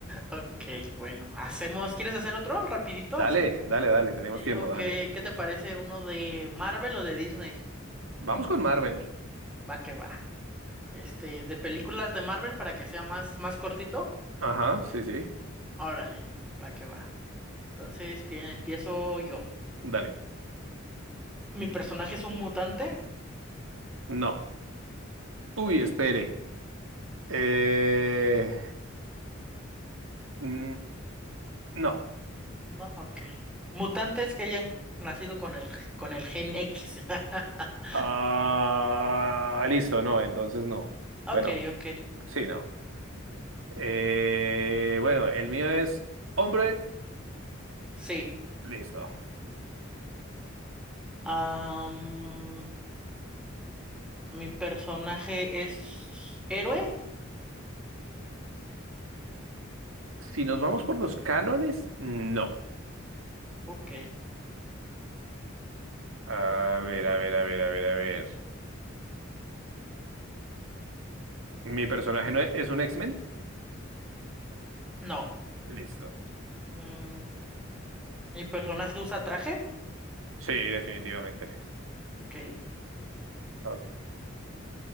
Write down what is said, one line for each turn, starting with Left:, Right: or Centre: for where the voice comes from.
Centre: Ok, bueno, hacemos. ¿Quieres hacer otro rapidito
Right: Dale,
Centre: así?
Right: dale, dale. Tenemos
Centre: Sí,
Right: tiempo,
Centre: ok.
Right: dale.
Centre: ¿Qué te parece uno de Marvel o de Disney?
Right: Vamos con Marvel.
Centre: Va que va. Este, de películas de Marvel para que sea más, más cortito.
Right: Ajá, sí, sí.
Centre: Órale, va que va. Entonces, bien, empiezo yo.
Right: Dale.
Centre: ¿Mi personaje es un mutante?
Right: No. Uy,
Centre: Ok.
Right: espere. Eh, mm, no.
Centre: No, ok. Mutantes que hayan nacido con el, con el gen X. <laughs>
Right: Ah, listo, no, entonces no.
Centre: Ok,
Right: Bueno,
Centre: ok.
Right: sí, no. Eh, bueno, el mío es hombre.
Centre: Sí.
Right: Listo.
Centre: Am, ¿mi personaje es héroe?
Right: Si nos vamos por los cánones, no.
Centre: Ok.
Right: A ver, a ver, a ver, a ver, a ver. ¿Mi personaje no es, es un X-Men?
Centre: No.
Right: Listo.
Centre: Mm, ¿mi personaje usa traje?
Right: Sí, definitivamente.
Centre: Ok.
Right: Ok.